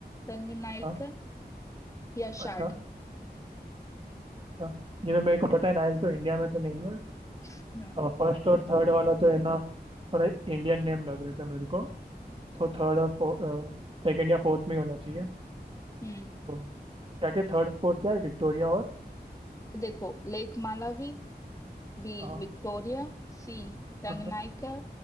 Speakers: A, on the left (about 20°); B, on the right (about 30°).
A: तंगनाइका
B: अच्छा
A: या शाड
B: अच्छा अच्छा जिन्हें मेरे को पता है नाइल तो इंडिया में तो नहीं है
A: हाँ
B: फर्स्ट और थर्ड वाला तो है ना थोड़ा इंडियन नेम लग रहे थे मेरे को तो थर्ड और सेकंड या फोर्थ में ही होना चाहिए
A: हम्म
B: तो क्या क्या थर्ड फोर्थ क्या है विक्टोरिया और
A: देखो lake Malawi B
B: हाँ
A: Victoria C Tanganyika
B: ओके